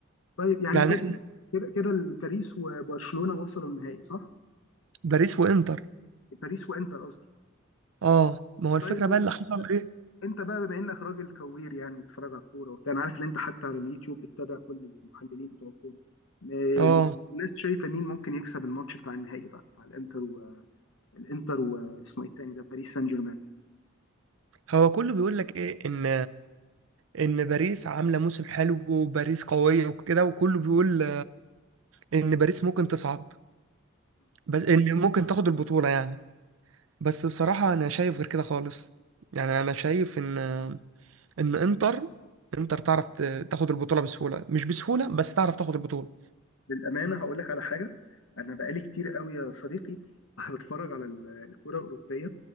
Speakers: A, on the left; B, on the right.
A: طيب يعني
B: يعني
A: كده
B: إحنا
A: كده كده باريس وبرشلونه وصلوا النهائي صح؟
B: باريس وانتر
A: باريس وانتر قصدي
B: اه ما هو الفكره
A: طيب يعني
B: بقى اللي حصل ايه
A: انت بقى بما انك راجل كوير يعني وبتتفرج على الكوره وبتاع انا عارف ان انت حتى على اليوتيوب بتتابع كل المحللين بتوع الكوره م-
B: اه
A: الناس شايفه مين ممكن يكسب الماتش بتاع النهائي بقى بتاع الانتر والانتر واسمه ايه التاني ده باريس سان جيرمان
B: هو كله بيقول لك ايه ان ان باريس عامله موسم حلو وباريس قويه وكده وكله بيقول ان باريس ممكن تصعد بس ان ممكن تاخد البطوله يعني بس بصراحه انا شايف غير كده خالص يعني انا شايف ان ان انتر انتر تعرف ت- تاخد البطوله بسهوله مش بسهوله بس تعرف تاخد البطوله
A: بالامانه هقول لك على حاجه انا بقالي كتير قوي يا صديقي <laughs> بتفرج على ال- الكره الاوروبيه